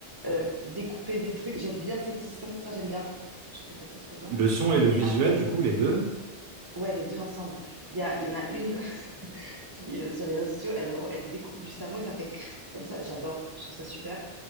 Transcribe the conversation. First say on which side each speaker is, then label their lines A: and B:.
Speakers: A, on the right; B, on the right.
A: euh, découper des trucs. J'aime bien ces petits sons, ça j'aime bien. Je trouve ça satisfaisant.
B: Le son et le visuel,
A: Mais après,
B: du coup, les deux?
A: ouais, les deux ensemble. Il y a, il y en a une <laughs> qui, euh, sur les réseaux sociaux, elle, elle découpe du savon et ça fait crrr comme ça. J'adore, je trouve ça super.